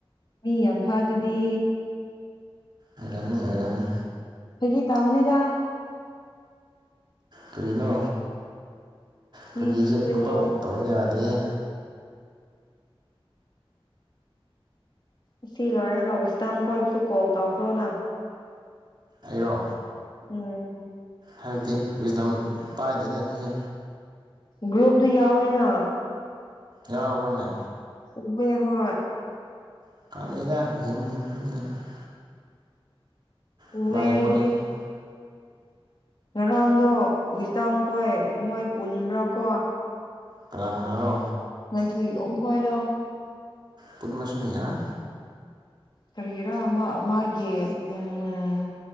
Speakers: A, on the left; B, on the right.
A: ꯃꯤ ꯌꯥꯝꯐꯥꯗꯨꯗꯤ
B: ꯑꯣꯏꯔꯝꯅꯤ ꯑꯣꯏꯔꯝꯅꯤ
A: ꯐꯒꯤ ꯇꯧꯅꯤꯗ
B: ꯀꯔꯤꯅꯣ ꯐꯥꯒꯤꯁꯦ
A: ꯃꯤ ꯊꯤꯕꯅꯦ
B: ꯄꯨꯡꯇꯧ ꯇꯧ ꯌꯥꯗꯦꯍꯦ
A: ꯑꯁꯤ ꯂꯣꯏꯔꯒ ꯋꯤꯁꯗꯝ ꯈꯣꯏꯕꯨꯁꯨ ꯀꯣꯜ ꯇꯧꯈ꯭ꯔꯣꯅ
B: ꯑꯔꯣ
A: ꯎꯝ
B: ꯍꯥꯏꯕꯗꯤ ꯋꯤꯁꯗꯝ ꯄꯥꯏꯗꯦꯗ ꯁꯤꯁꯦ
A: ꯒ꯭ꯔꯨꯞꯇ ꯌꯥꯎꯋꯦꯅ
B: ꯌꯥꯎꯕ꯭ꯔꯣꯅꯦ
A: ꯎꯋꯦ ꯍꯣꯏ
B: <unintelligible> <unintelligible>
A: ꯎꯋꯦ ꯑꯩꯗꯤ ꯉꯔꯥꯡꯗꯣ ꯋꯤꯁꯗꯝ ꯈꯣꯏ ꯃꯣꯏ ꯄꯨꯟꯕ꯭ꯔꯀꯣ
B: ꯀꯅꯥ ꯀꯅꯥꯔꯣ
A: ꯉꯥꯏꯊꯨꯏꯂꯣꯡ ꯈꯣꯏꯗꯣ
B: ꯄꯨꯟꯕꯁꯨ ꯌꯥꯏ
A: ꯀꯔꯤꯒꯤꯔ ꯃꯥ ꯃꯥꯒꯤ ꯎꯝ꯬꯬꯬ ꯎꯝ